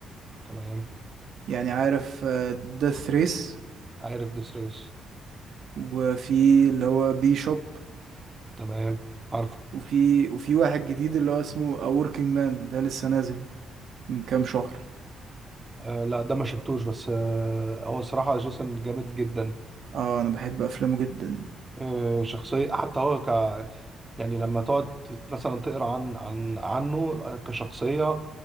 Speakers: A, on the right; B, on the right.
A: تمام
B: يعني عارف ديث ريس
A: عارف ديس ريس
B: وفي اللي هو بي شوب
A: تمام عارف
B: وفي وفي واحد جديد اللي هو اسمه A Working Man ده لسه نازل من كام شهر
A: آه لا ده ما شفتوش بس آه هو صراحه جيسون جامد جدا
B: اه انا بحب افلامه جدا
A: آه، شخصية حتى هو ك يعني لما تقعد مثلا تقرا عن عن عنه آه، كشخصية